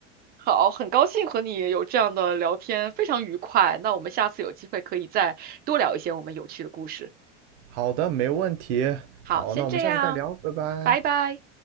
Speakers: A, on the right; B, on the right.
A: 好，很高兴和你有这样的聊天，非常愉快。那我们下次有机会可以再多聊一些我们有趣的故事。
B: 好的，没问题。
A: 好，
B: 好，
A: 先这样，
B: 那我们下次再聊，拜拜。
A: 拜拜。